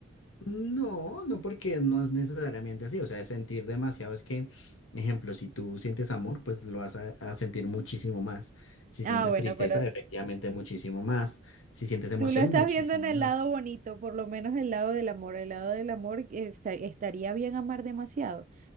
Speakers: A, on the left; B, on the right.
A: no, no porque no es necesariamente así, o sea, es sentir demasiado es que, ejemplo, si tú sientes amor, pues lo vas a, a sentir muchísimo más. Si
B: Ah,
A: sientes
B: bueno,
A: tristeza,
B: pero
A: efectivamente muchísimo más. Si sientes emoción,
B: tú lo estás
A: muchísimo
B: viendo en el
A: más.
B: lado bonito, por lo menos el lado del amor. El lado del amor, eh, esta- estaría bien amar demasiado.